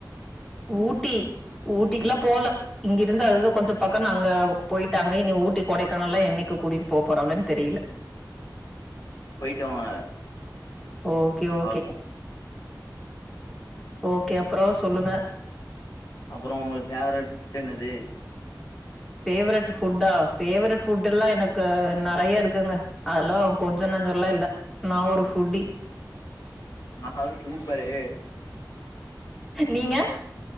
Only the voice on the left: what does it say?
போய்ட்டு வாங்க
இருக்கு
அப்றோ உங்களுக்கு ஃபேவரைட் ஃபுட் என்னது
ஆ ஆ சூப்பரூ